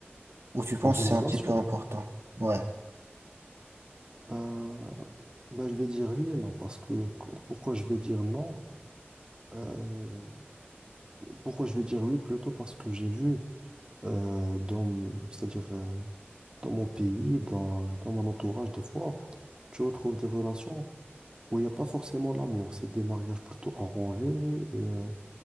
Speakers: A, on the right (about 85°); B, on the right (about 20°).
A: Ou tu penses
B: dans une
A: que
B: relation.
A: c'est un petit peu important? Ouais.
B: Bah, bah, je vais dire oui et non, parce que qu- pourquoi je vais dire non? Euh, pourquoi je vais dire oui plutôt parce que j'ai vu euh, dans, m- c'est-à-dire euh, dans mon pays, dans, dans mon entourage, des fois, tu retrouves des relations où il n'y a pas forcément l'amour. C'est des mariages plutôt arrangés et euh,